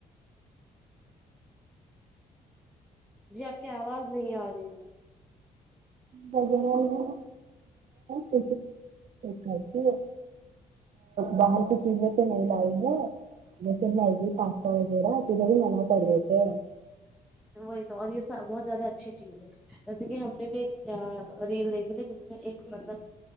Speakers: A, in the centre; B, on the right.
A: جی آپ کی آواز نہیں آ رہی ہے
B: وغیرہ وغیرہ ک کر باہر کی چیز سے نہیں لائی ہے جیسے میگی پاستا وغیرہ کدھر بھی مناع کر دیتے <inaudible>
A: وہی تو اور یہ سب بہت زیادہ اچھی چیز ہے جیسے کہ ہم نے بھی ایک ریل دیکھی تھی جس میں ایک م